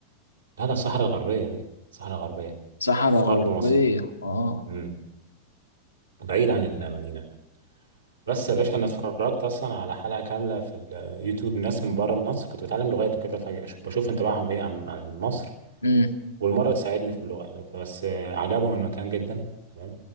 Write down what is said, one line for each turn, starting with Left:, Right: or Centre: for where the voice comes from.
Right: هذا الصحراء الغربية دي الصحراء الغربية
Left: صحراء
Right: في
Left: غربية
Right: غرب مصر
Left: اه
Right: امم بعيد عن المدينة بس يا باشا أنا اتفرجت أصلا على حلقة كاملة في اليوتيوب ناس من بره مصر كنت بتعلم لغات وكده فبشوف انطباعهم إيه عن عن مصر
Left: امم
Right: والمرة تساعدني في اللغة يعني فبس آه، عجبهم المكان جدا تمام